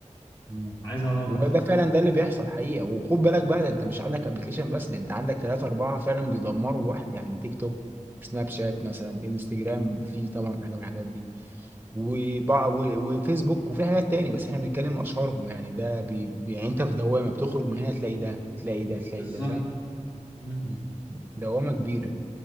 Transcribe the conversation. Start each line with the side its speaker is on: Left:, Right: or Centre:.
Right: مم.
Left: عايز اروح
Right: وده فعلا ده اللي بيحصل حقيقة وخد بالك بقى ده انت مش عندك ابلكيشن بس ده انت عندك ثلاثة أربعة فعلا بيدمروا الواحد يعني تيك توك سناب شات مثلا انستجرام في طبعا حاجة من الحاجات دي وبع- و- وفيسبوك وفي حاجات تاني بس احنا بنتكلم أشهرهم يعني ده بي... بي- يعني انت في دوامة بتخرج من هنا تلاقي ده تلاقي ده تلاقي
Left: بالظبط
Right: ده فاهم
Left: مم.
Right: مم. دوامة كبيرة